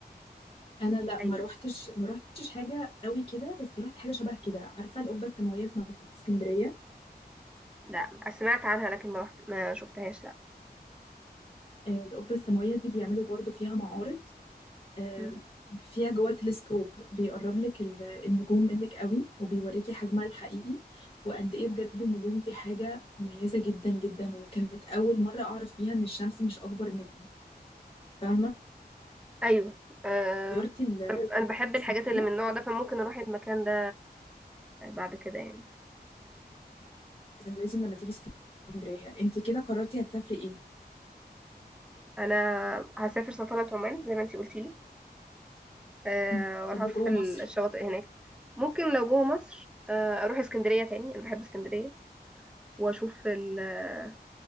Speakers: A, on the left (about 35°); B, in the centre.
A: انا لا
B: أيوة
A: ما روحتش ما روحتش حاجه قوي كده بس روحت حاجه شبه كده عارفه القبه السماويه في مكتبه اسكندريه
B: لا سمعت عنها لكن ما رحت ما شفتهاش لا
A: آه، القبه السماويه دي بيعملوا برضو فيها معارض آه،
B: مم.
A: فيها جوه تلسكوب بيقرب لك ال- النجوم منك قوي وبيوريكي حجمها الحقيقي وقد ايه بجد النجوم دي حاجه مميزه جدا جدا وكانت اول مره اعرف فيها ان الشمس مش اكبر نجم فاهمه
B: أيوة آه...
A: زيارتي ال- القبه
B: أنا بحب
A: السماويه
B: الحاجات اللي من النوع ده فممكن أروح المكان ده بعد كده يعني
A: لازم لازم لما تيجي اسكندريه انت كده قررتي هتسافري ايه
B: أنا هسافر سلطنة عمان زي ما انتي قلتيلي آه،
A: م.
B: واروح
A: طب
B: اشوف
A: وجوه
B: ال-
A: مصر
B: الشواطئ هناك ممكن لو جوه مصر آه، اروح اسكندريه تاني انا بحب اسكندريه واشوف ال- آه،